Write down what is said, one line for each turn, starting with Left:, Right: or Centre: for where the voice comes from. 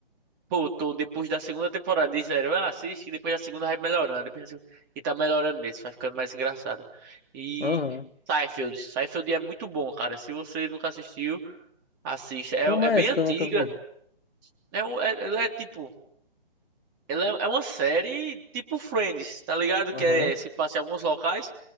Right: Pô, tô depois da segunda temporada, disseram, ah, assiste que depois da segunda vai melhorando. Depois da segunda... E tá melhorando mesmo, vai ficando mais engraçada. E
Left: Uhum.
Right: Seinfeld. Seinfeld é muito bom, cara. Se você nunca assistiu, assista. É,
Left: Como
Right: é
Left: é
Right: bem
Left: esse
Right: antiga.
Left: que eu nunca vi?
Right: É, um- é, ela é tipo Ela é é uma série tipo Friends, tá ligado?
Left: Aham,
Right: Que é,
Left: tá
Right: se passa em alguns locais,